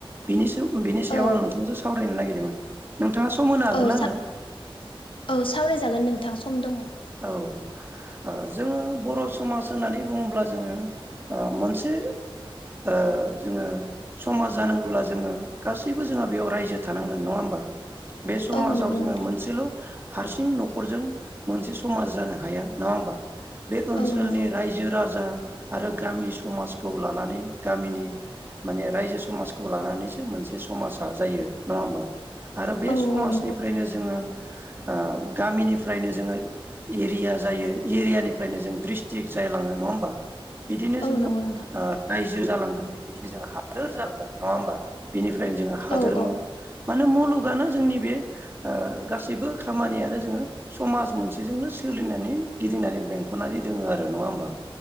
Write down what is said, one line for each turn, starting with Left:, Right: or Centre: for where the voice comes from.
Right: बिनि सायाव बिनि सायाव
Left: औ
Right: आं नोंथां सावरायनो नागिरदोंमोन। नोंथाङा सम होनो हागोन
Left: औ
Right: ना
Left: सा
Right: आंनो
Left: औ सावरायजागोन नोंथां सम दङ।
Right: औ ओ जोङो बर' समाज होननानै बुङोब्ला जोङो ओ मोनसे ओ जोङो समाज जानांगौब्ला जोङो गासैबो जोंहा बेयाव रायजो थानांगोन नङा होम बा बे समाजाव
Left: औ नंगौ
Right: जोङो
Left: नोंथां
Right: मोनसेल' हारसिं न'खरजों मोनसे समाज जानो हाया नङा होमबा बे ओनसोलनि
Left: औ नंगौ
Right: रायजो राजा आरो गामि समाजखौ लानानै गामिनि माने रायजो समाजखौ लानानैसो मोनसे समाजा जायो नङा होमबा। आरो बे
Left: औ
Right: समाजनिफ्रायनो
Left: औ नंगौ
Right: जोङो ओ गामिनिफ्रायनो जोङो एरिया जायो एरियानिफ्रायनो जों ड्रिस्ट्रिक्ट जायलाङो नङा होमबा। बिदिनो
Left: औ
Right: जोङो
Left: नंगौ नोंथां
Right: ओ रायजो जालांगोन बिदिनो जोङो हादोर जालांगोन नङा होमबा। बेनिफ्रायनो जोङो हादोरमा
Left: औ औ
Right: मानो मुलुगानो जोंनि बे ओ गासैबो खामानियानो जोङो समाज मोनसे बिजोंनो सोलिनानै गिदिंनानै बेंख'नानै दोङो आरो नङा होमबा।